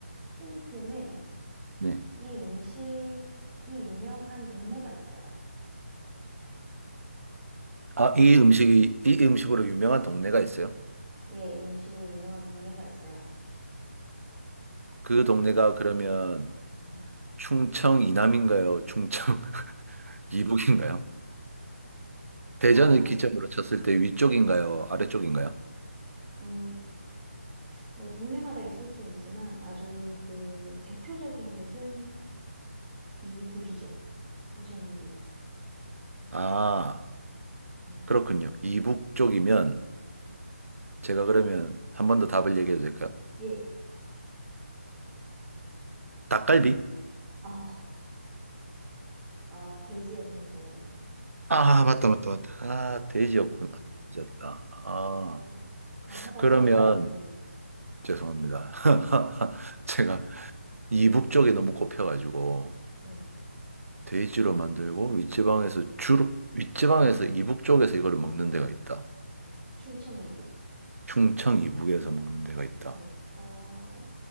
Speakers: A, on the right; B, on the right.
A: 힌트는
B: 네.
A: 이 음식이 유명한 동네가 있어요.
B: 아, 이 음식이, 이 음식으로 유명한 동네가 있어요?
A: 예, 이 음식으로 유명한 동네가 있어요.
B: 그 동네가 그러면
A: 음.
B: 충청 이남인가요? 충청 <laughs> 이북인가요? 대전을
A: 어,
B: 기점으로 쳤을 때 위쪽인가요? 아래쪽인가요?
A: 음, 뭐 동네마다 있을 수는 있지만 아주 그 대표적인 곳은 이북이죠. 충청 이북.
B: 아,
A: 음.
B: 그렇군요. 이북 쪽이면 제가 그러면 한 번 더 답을 얘기해도 될까요?
A: 예.
B: 닭갈비?
A: 어, 어, 돼지였는데
B: 아, 맞다, 맞다, 맞다. 아, 돼지였구나. 잊었다. 아,
A: 어, 강하다고
B: 그러면
A: 하셨는데,
B: 죄송합니다. <laughs> 제가 이북 쪽에 너무 꼽혀가지고.
A: 네,
B: 돼지로 만들고 윗지방에서 주로 윗지방에서 이북 쪽에서 이거를 먹는 데가 있다.
A: 충청 이북.
B: 충청 이북에서 먹는 데가 있다.
A: 네, 어,